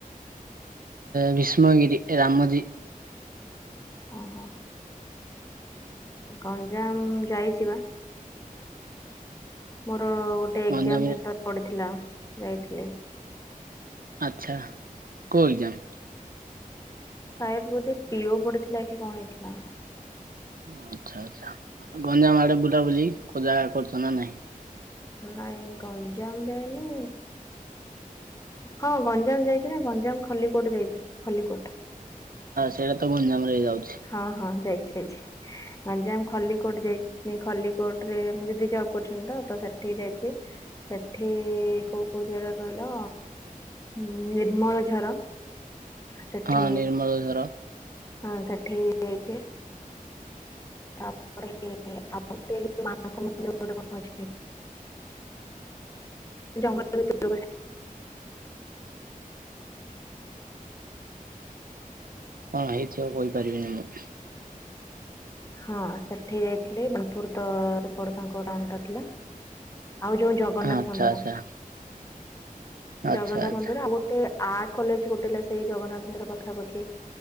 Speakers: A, on the right (about 75°); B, on the left (about 20°).
A: ବିଷ୍ମଗିରି ରାାମଜଜି।
B: ଓଁ ହୋ। ଗଞ୍ଜାମ ଯାଇଛି ବା। ମୋର ଗୋଟେ
A: ଗଞ୍ଜାମର
B: ଏକ୍ଜାମ ସେଣ୍ଟର ପଡିଥିଲା ଯାଇଥିଲି ଆଉ।
A: ଆଚ୍ଛା କେଉଁ ଏଗ୍ଜାମ?
B: ସାଏଦ ବୋଧେ ପିଅ ପଡିଥିଲା କି କଣ ହେଇଥିଲା।
A: ଆଚ୍ଛା ଆଚ୍ଛା ଗଞ୍ଜାମ ଆଡେ ବୁଲା ବୁଲିୋଉ ଜାଗା କରୁଛ ନା ନାଇଁ।
B: ନାଇଁ ଗଞ୍ଜାମ ଯାନି। ହଁ ଗଞ୍ଜାମ ଯାଇଛି ନା ଗଞ୍ଜାମ ଖଲିକୋଟ ଯାଇଛି ଖଲିକୋଟ।
A: ସେଇଟା ତ ଗଞ୍ଜାମରେ ହେଇଯାଉଛି।
B: ହଁ ହଁ ଯାଇଛି ଯାଇଛି ଗଞ୍ଜାମ ଖଲ କୋଟ ଯାଇ ଖଲଲ କୋର୍ଟରେ ମୁଁ ଯଦି ଜବ୍ କରୁଛନ୍ତି ତ ତ ସେଠିକି ଯାଇଛି ସେଠି କେଉଁ କେଉଁ ଜାଗା କହିଲ? ହୁଁ ନିର୍ମଳ ଝର। ସେଠି
A: ହଁ ନିର୍ମଳଝର
B: ହଁ ସେଠେ ଯଛ। ତାପରେ ଆ ମାଙ୍କ ମନ୍ଦିର ଗୋଟେ କଣ ଅଛି। ଜଙ୍ଗଲ ଭିତ <unintelligible>
A: କଣ ହେଇଥିବ ମୁଁ କହିପାରିବିନି ମୁଁ।
B: ହଁ ସେଠି ଯାଇଥିଲି ବାଣପୁର୍ ତ ସେପଟ ତାଙ୍କ ଟାଉନ୍ ଟା ଥିଲା। ଆଉ ଯୋଉ ଜଗନ୍ନାଥ
A: ଆଚ୍ଛା
B: ମନ୍ଦିର
A: ଆଚ୍ଛା। ଆଚ୍ଛା
B: ଜଗନ୍ନାଥ
A: ଆଚ୍ଛା
B: ମନ୍ଦିର ଆଉ <unintelligible> ଆର୍ଟ କଲେଜ୍ ଗୋଟେ ହେଲା ସେଇ ଜଗନ୍ନାଥଙ୍କର ପାଖାପାଖି।